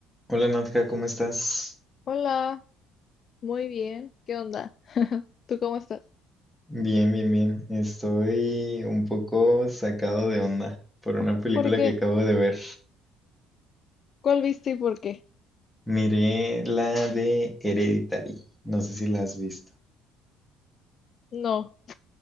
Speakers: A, in the centre; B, on the left.
A: Hola Nadja, ¿cómo estás?
B: Hola, muy bien. ¿Qué onda? <laughs> ¿Tú cómo estás?
A: Bien, bien, bien. Estoy un poco sacado de onda por una película
B: ¿Por qué?
A: que acabo de ver.
B: ¿Cuál viste y por qué?
A: Miré la de Hereditary. No sé si la has visto.
B: No,